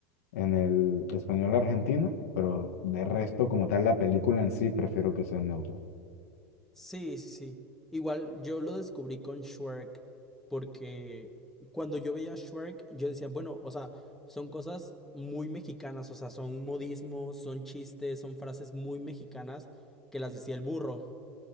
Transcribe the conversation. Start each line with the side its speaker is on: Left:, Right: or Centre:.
Left: en el español argentino, pero de resto, como tal, la película en sí prefiero que sea en neutro.
Centre: Sí, sí, sí. Igual yo lo descubrí con Shrek, porque cuando yo veía Shrek, yo decía, bueno, o sea, son cosas muy mexicanas, o sea, son modismos, son chistes, son frases muy mexicanas que las decía el burro.